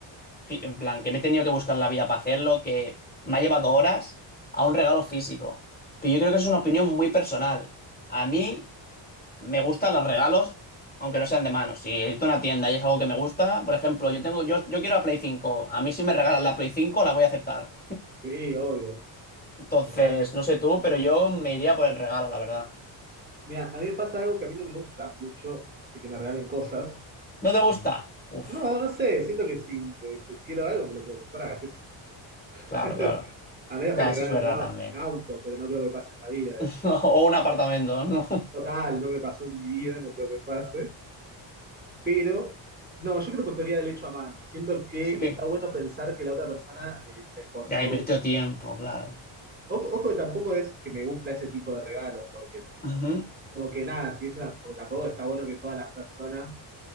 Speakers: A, on the left; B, on the right.
A: fi- en plan, que me he tenido que buscar la vida para hacerlo, que me ha llevado horas a un regalo físico. Pero yo creo que eso es una opinión muy personal. A mí me gustan los regalos, aunque no sean de mano. Si he ido a una tienda y es algo que me gusta, por ejemplo, yo tengo, yo, yo quiero la Play cinco A mí si me regalan la Play cinco la voy a aceptar.
B: Sí, obvio,
A: Entonces,
B: total.
A: no sé tú, pero yo me iría por el regalo, la verdad.
B: Mira, a mí me pasa algo que a mí no me gusta mucho, de que me regalen cosas.
A: ¿No te gusta?
B: Me-
A: Uf,
B: No, no sé, siento que si eh, quiero algo me lo puedo comprar, qué sé yo.
A: claro,
B: <laughs>
A: claro.
B: A menos
A: Claro,
B: que me
A: eso
B: regalen
A: es verdad
B: un, au-
A: también.
B: un auto, pero no creo que pase en la vida
A: <laughs>
B: eso.
A: O un apartamento, ¿no?
B: Total, no me pasó en mi vida, no creo que pase. Pero, no, yo creo que prefería el hecho a mano. Siento que
A: <laughs> Sí.
B: está bueno pensar que la otra persona eh, se esforzó.
A: Ya invirtió tiempo, claro.
B: Ojo, ojo que tampoco es que me gusta ese tipo de regalos, porque
A: Ujú,
B: como que nada, si es una, porque tampoco está bueno que todas las personas